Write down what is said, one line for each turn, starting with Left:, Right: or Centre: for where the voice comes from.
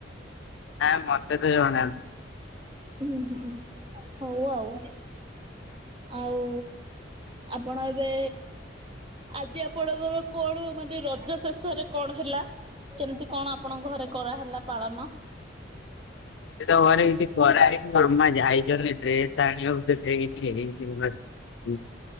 Right: <inaudible>
Left: ନା ମତେ ତ ଜଣା ନାହିଁ।
Right: ଉୁଁ ହୁଁ ହଉ ଆଉ। ଆଉ ଆପଣ ଏବେ? ଆଜି ଆପଣଙ୍କର କଣ ମାନେ ରଜ। ଶେଷରେ କଣ ହେଲା କେମିତି କଣ ଆପଣଙ୍କ ଘରେ କରାହେଲା ପାଳନ।
Left: ସେ ତ ଘରେ କିଛି କରାଇ ଆମା ଯାଇଛ ଡ୍ରେସ ଆଣିବାକୁ ସେଇ ହେଇ ଯ